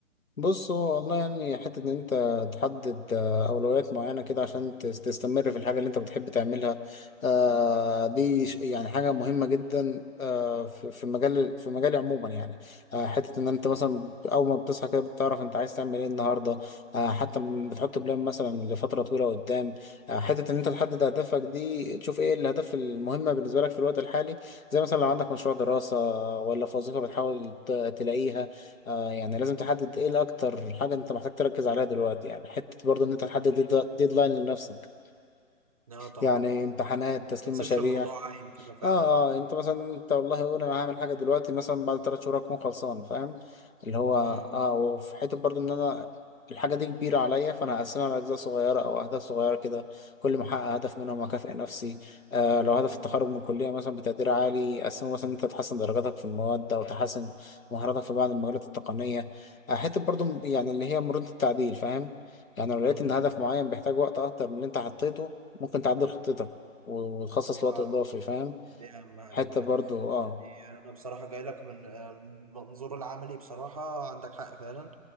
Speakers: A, on the left; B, on the right.
A: بص هو والله يعني حتة إن أنت تحدد آه، أولويات معينة كده عشان تس- تستمر في الحاجة اللي أنت بتحب تعملها آه، دي ش- يعني حاجة مهمة جدا آه، في في مجال في مجالي عموما يعني آه، حتة إن أنت
B: مم.
A: مثلا أول ما بتصحى كده بتعرف أنت عايز تعمل إيه النهاردة آه، حتى م- بتحط بلان مثلا لفترة طويلة قدام آه، حتة إن أنت تحدد أهدافك دي تشوف إيه الأهداف المهمة بالنسبة لك في الوقت الحالي زي مثلا لو عندك مشروع دراسة آه، ولا في وظيفة بتحاول ت- تلاقيها آه يعني لازم تحدد ايه الاكتر حاجة انت محتاج تركز عليها دلوقتي يعني حتة برضه ان انت تحدد ديد- ديدلاين
B: مم.
A: لنفسك
B: اه طبعا
A: يعني امتحانات تسليم
B: ما تسيبش
A: مشاريع
B: الموضوع عايم كده فعلا
A: اه
B: اه
A: اه انت مثلا انت والله قول انا هعمل حاجه دلوقتي مثلا بعد ثلاث شهور اكون خلصان فاهم اللي هو
B: مم.
A: اه وفي حته برضو ان انا الحاجه دي كبيره عليا فانا هقسمها على اجزاء صغيره او اهداف صغيره كده كل ما احقق هدف منهم اكافئ نفسي آه لو هدف
B: مم.
A: التخرج من الكليه مثلا بتقدير عالي اقسمه مثلا انت تحسن درجاتك في المواد او تحسن مهاراتك في بعض المجالات التقنيه آه حته برضو يعني اللي هي مرونه التعديل فاهم يعني لو لقيت
B: مم.
A: ان هدف معين بيحتاج وقت اكتر من اللي انت حطيته ممكن تعدل خطتك وتخصص لوقت
B: اه
A: اضافي فاهم
B: دي أهم حاجة
A: حتة
B: فعلا
A: برضو اه
B: يعني أنا بصراحة جاي لك من آه، المنظور العملي بصراحة عندك حق فعلا